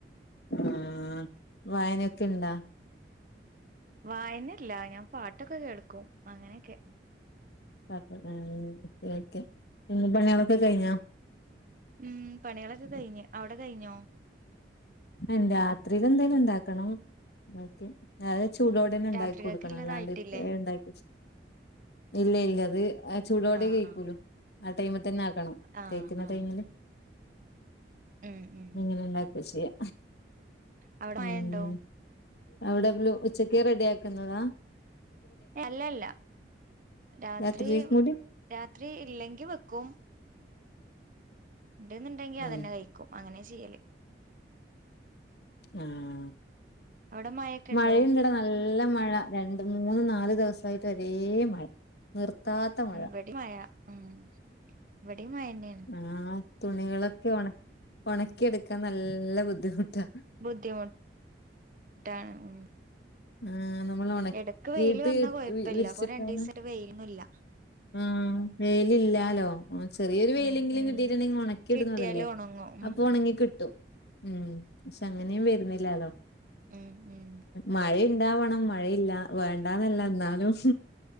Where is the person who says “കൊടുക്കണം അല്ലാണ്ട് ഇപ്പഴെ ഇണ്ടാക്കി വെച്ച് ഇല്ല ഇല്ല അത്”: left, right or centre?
Left